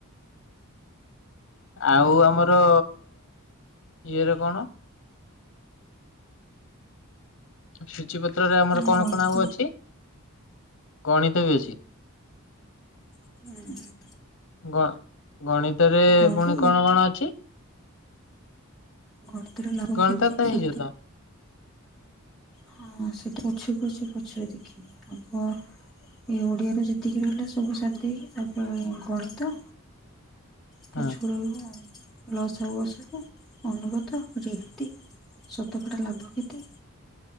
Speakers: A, on the left; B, in the centre.
A: ଆଉ ଆମର ଇଏରେ କଣ? ସୂଚୀ ପତ୍ରରେ ଆମର
B: ପଡେ
A: କଣ
B: ଗଣିତ
A: କଣ ଆଉ ଅଛି ଗଣିତ ବି ଅଛି।
B: ହୁଁ।
A: ଗ ଗଣିତ ରେ
B: ଗଣି
A: ପୁଣି କଣ କଣ ଅଛି?
B: ଗଣିତରେ ଲାଭ
A: ଗଣିତ
B: କ୍ଷତି
A: ତ ହେଇଯିବ
B: ସ
A: ତ
B: ହଁ ସେଇଟା ପଛକୁ ଅଛି ପଛରେ ଦେଖିବି ଆଗ ଏ ଓଡ଼ିଆରେ ଯେତିକି ରହିଲା ସବୁ ସାରିଦେଇକି ତାପରେ ଗଣିତ ପଛକୁ
A: ହଁ
B: ରହିବ ଆଉ ଲସାଗୁ ଗସାଗୁ ଅନୁପାତ ରୀହାତି। ଶତକଡ଼ା ଲାଭ କ୍ଷତି